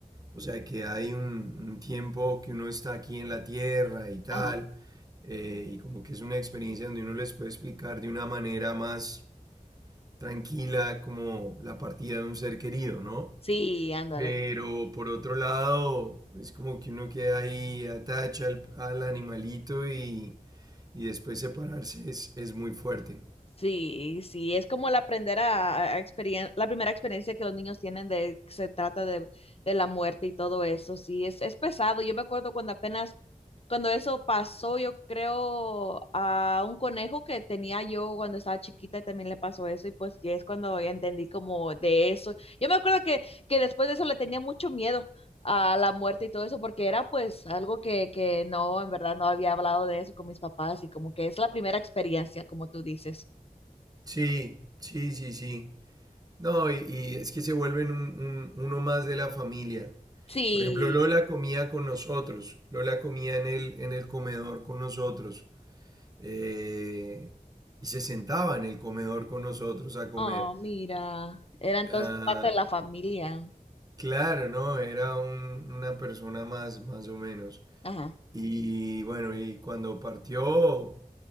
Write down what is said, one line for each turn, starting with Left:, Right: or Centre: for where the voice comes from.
Right: O sea que hay un, un tiempo que uno está aquí en la tierra y tal,
Left: Ajá.
Right: eh, y como que es una experiencia donde uno les puede explicar de una manera más tranquila como la partida de un ser querido, ¿no?
Left: Sí, ándale.
Right: Pero por otro lado, es como que uno queda ahí, atacha al, al animalito y, y después separarse es, es muy fuerte.
Left: Sí, sí, es como el aprender a, a experien- la primera experiencia que los niños tienen de que se trata de, de la muerte y todo eso. Sí, es, es pesado. Yo me acuerdo cuando apenas, cuando eso pasó, yo creo a un conejo que tenía yo cuando estaba chiquita y también le pasó eso y pues que es cuando ya entendí como de eso. Yo me acuerdo que, que después de eso le tenía mucho miedo a la muerte y todo eso porque era pues algo que, que no, en verdad no había hablado de eso con mis papás y como que es la primera experiencia, como tú dices.
Right: Sí, sí, sí, sí. No, y, y es que se vuelven un- un- uno más de la familia.
Left: Sí,
Right: Por ejemplo, Lola comía con nosotros, Lola comía en el, en el comedor con nosotros eh, y se sentaba en el comedor con nosotros a comer.
Left: oh, mira, era entonces
Right: Ah,
Left: parte de la familia.
Right: claro, ¿no? Era un- una persona más, más o menos.
Left: Ajá,
Right: Y bueno, y cuando partió